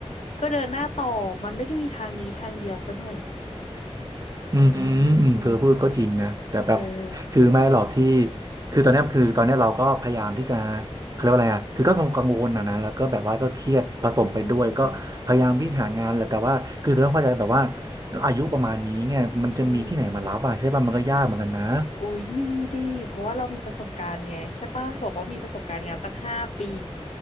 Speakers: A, on the left; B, on the right.
A: ก็เดินหน้าต่อ มันไม่ได้มีทางนี้ทางเดียวซะหน่อย
B: อืม
A: อื
B: อืมเธอพูดก็จริงนะแต่แบบ
A: มเออ
B: คือไม่หรอกที่คือตอนเนี้ยคือตอนเนี้ยเราก็พยายามที่จะเขาเรียกว่าอะไรอ่ะคือก็กังวลนะนะแล้วก็แบบว่าก็เครียดผสมไปด้วยก็พยายามวิ่งหางานแหละแต่ว่าคือเธอต้องเข้าใจแบบว่า
A: อืม
B: อายุประมาณนี้เนี่ยมันจะมีที่ไหนมารับอ่ะใช่ป่ะมันก็ยากเหมือนกันนะ
A: อืมโอ้ยมีดิเพราะว่าเรามีประสบการณ์ไงใช่ปะบอกว่ามีประสบการณ์งานตั้งห้าปี